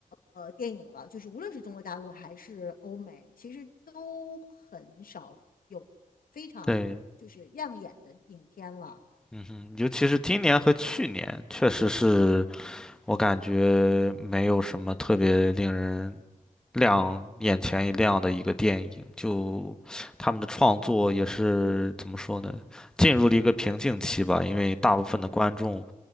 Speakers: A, on the left (about 80°); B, in the centre.
A: 呃电影了，就是无论是中国大陆还是欧美，其实都很少有非常就是亮眼的影片了。
B: 对，嗯哼，尤其是今年和去年，确实是我感觉没有什么特别令人亮眼前一亮的一个电影，就他们的创作也是怎么说呢，进入了一个瓶颈期吧，因为大部分的观众